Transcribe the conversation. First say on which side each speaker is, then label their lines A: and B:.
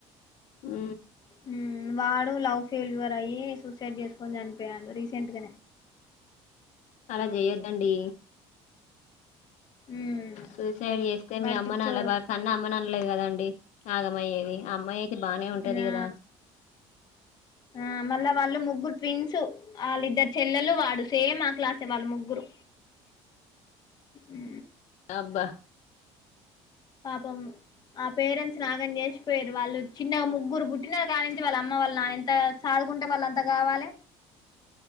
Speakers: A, on the left; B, on the left.
A: ఊ
B: ఉమ్ వాడు లవ్ ఫెల్యూవర్ అయీ సూసైడ్ చేసుకొని చనిపోయాడు రీసెంట్గనే.
A: అలా జెయొద్దండీ.
B: ఉమ్
A: సూసైడ్ చేస్తే
B: వాడు
A: మీ అమ్మ
B: పిచ్చోడు
A: నాన్నల కన్న అమ్మనాన్నలే కదండి ఆగమయ్యేది. ఆ అమ్మాయి అయితే బానే ఉంటది
B: ఆ
A: గదా.
B: ఆ మళ్ళా వాళ్ళు ముగ్గురు ట్విన్సు. ఆళ్ళిద్దరు చెల్లెలు వాడు సేమ్ మా క్లాసే వాళ్ళు ముగ్గురు. ఊ
A: అబ్బా
B: పాపం ఆ పేరెంట్స్ ని ఆగం చేశిపోయిరు. వాళ్ళు చిన్నగ ముగ్గురు పుట్టిన కాన్నుంచి వాళ్ళ అమ్మ వాళ్ళ నాన్న ఎంతా సాద్ దుకుంటే వాళ్ళు అంత గావాలే.